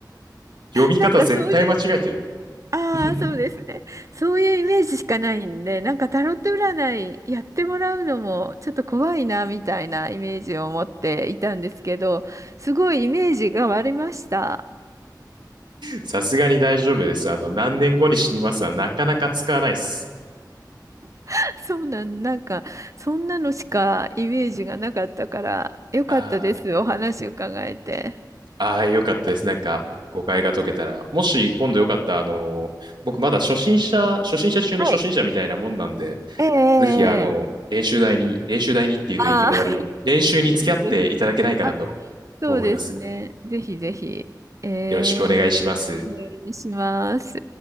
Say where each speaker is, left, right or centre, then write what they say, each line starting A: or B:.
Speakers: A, on the right (about 90°); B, on the right (about 45°).
A: 呼び方絶対間違えてる。
B: なんかそういうああ、
A: <laughs>
B: そうですね。そういうイメージしかないんで、なんかタロット占いやってもらうのもちょっと怖いなみたいなイメージを持っていたんですけど、すごいイメージが割れました。
A: さすがに大丈夫です。あの、何年後に死にますはなかなか使わないです。
B: <laughs> そうなん、なんかそんなのしかイメージがなかったから、よかったです。
A: あ
B: お話伺えて。
A: あ、ああ、よかったです。なんか、誤解が解けたら。もし今度よかったら、あの、僕まだ初心者、初心者中の初心者みたいなもんなんで、
B: はい。<laughs> ええええええ
A: ぜひあの、練習台に、練習台にっていうと言い方悪いや、
B: ああ、<laughs>
A: 練習に付き合っていただけないかなと思います。
B: ぜひぜひ。あ、そうですね。ぜひぜひ。え
A: よろしくお願いします。
B: えお願いします。